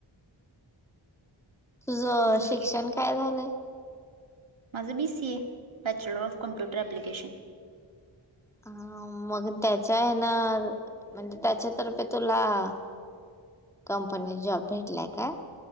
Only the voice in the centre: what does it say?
तुझं
शिक्षण
काय झालंय?
ह मग त्याच्या हे न म्हणजे त्याच्यातर्फे तुला- कंपनीत जॉब भेटलाय का?